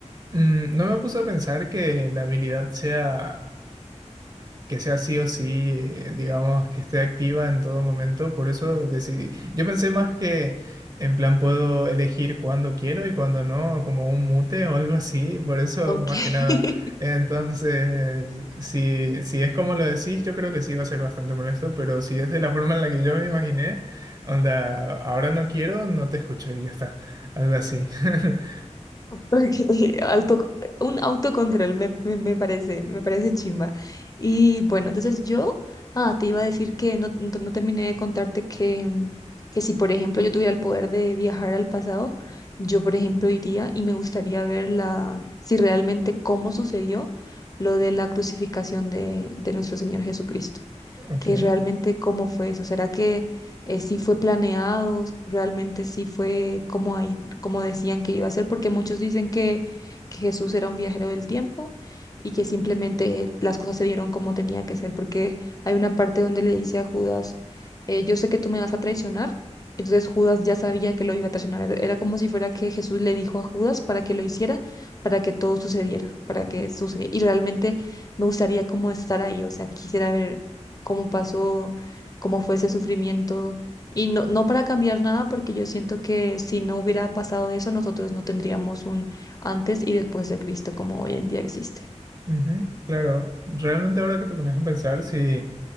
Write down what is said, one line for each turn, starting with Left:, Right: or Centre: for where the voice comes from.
Right: Mm, No me puse a pensar que la habilidad sea, que sea sí o sí, eh, digamos, que esté activa en todo momento, por eso decidí. Yo pensé más que en plan puedo elegir cuando quiero y cuando no, como un mute o algo así, por eso
Left: Ok.
Right: más
Left: <laughs>
Right: que nada. Entonces, si, si es como lo decís, yo creo que sí va a ser bastante molesto, pero si es de la forma en la que yo me imaginé, onda, ahora no quiero, no te escucho y ya está, algo así. <laughs>
Left: Porque <laughs> auto, un autocontrol me, me, me parece, me parece chimba. Y bueno, entonces yo, ah, te iba a decir que no, no no terminé de contarte que, mm, que si, por ejemplo, yo tuviera el poder de viajar al pasado, yo, por ejemplo, iría y me gustaría ver la, si realmente cómo sucedió lo de la crucificación de, de nuestro Señor Jesucristo
Right: Ok.
Left: que realmente cómo fue eso. ¿Será que eh, sí fue planeado? ¿Realmente sí fue como ahí, como decían que iba a ser? Porque muchos dicen que, que Jesús era un viajero del tiempo y que simplemente las cosas se dieron como tenía que ser, porque hay una parte donde le dice a Judas, eh, yo sé que tú me vas a traicionar. Entonces Judas ya sabía que lo iba a traicionar. Era era como si fuera que Jesús le dijo a Judas para que lo hiciera, para que todo sucediera, para que sucediera. Y realmente me gustaría como estar ahí, o sea, quisiera ver cómo pasó, cómo fue ese sufrimiento. Y no, no para cambiar nada, porque yo siento que si no hubiera pasado eso, nosotros no tendríamos un antes y después de Cristo como hoy en día existe.
Right: Ujú, Claro, realmente ahora que te pones a pensar, si,